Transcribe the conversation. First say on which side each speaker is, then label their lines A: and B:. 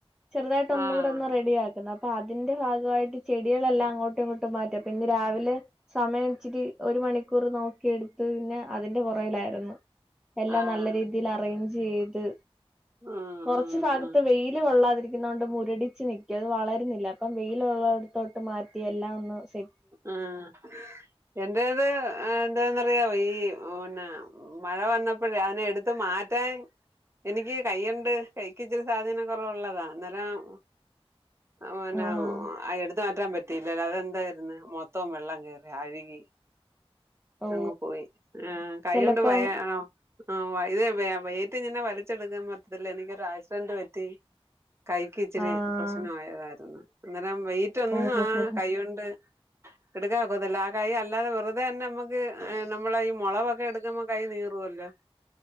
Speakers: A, in the centre; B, on the right (about 25°).
A: ചെറുതായിട്ട് ഒന്നുകൂടി
B: ആഹ് ആഹ്
A: ഒന്ന് റെഡി ആ എന്നാപ്പതിന്റെ ഭാഗവായിട്ട് ചെടികളെല്ലാം അങ്ങോട്ടും ഇങ്ങോട്ടും മാറ്റി അപ്പൊ ഇന്ന് രാവിലെ സമയം ഇച്ചിരി ഒരു മണിക്കൂർ നോക്കിയെടുത്ത് പിന്നെ അതിന്റെ പുറയിലായിരുന്നു എല്ലാം
B: ആഹ്
A: നല്ല രീതിയിൽ അറേഞ്ച്യ്ത്
B: ആഹ്
A: കൊർച്
B: ആഹ്
A: ഭാഗത്ത്
B: ആഹ്
A: വെയില് കൊള്ളാതിരിക്കുന്നോണ്ട് മുരടിച്ച് നിക്ക അത് വളരുന്നില്ല ഇപ്പം വെയിയിലുള്ളോട്ത്തോട്ട് മാറ്റി എല്ലാം ഒന്ന് സെ
B: ആഹ് എന്റേത് എന്താെന്നറിയോ ഈ പിന്നെ മഴ വന്നപ്പോഴ അതിനെ എടുത് മാറ്റാൻ എനിക്ക് കയ്യുണ്ട് കൈക്ക് ഇച്ചിരി സാധീന കുറവുള്ളതാ അന്നേരം ഓന്നെ
A: ആഹ്
B: എടുത്ത് മാറ്റാൻ പറ്റിയില്ലല്ലോ അതെന്താ ന്ന് മൊത്തം വെള്ളം കേറി അഴുകി
A: ഓ
B: അങ്ങ് പോയി ആഹ് കയ്യണ്ട്
A: ചെലപ്പം
B: വായാ ഓഹ് ആഹ് ഇത് വേറ്റ് ഇങ്ങനെ വലിച്ചെടുക്കാൻ പറ്റത്തില്ല എനിക്കൊരു ആക്സിഡന്റ് പറ്റി കൈക്ക് ഇച്ചിരി
A: ആഹ്
B: പ്രശ്ന ആയതായിരുന്നു അന്നേരം വെയിറ്റ് ഒന്നും
A: ഓഹോ
B: ആ
A: ഹോ ഹോ
B: കയ്യണ്ട് എടുക്കക്കുന്നല്ല ആ കൈ അല്ലതെവെറുതന്നെ നമുക്ക് ത് ഹ് നമ്മള ഈ മുളവൊക്കെ എടുക്കുമ്പോ കൈ നീറുവല്ലോ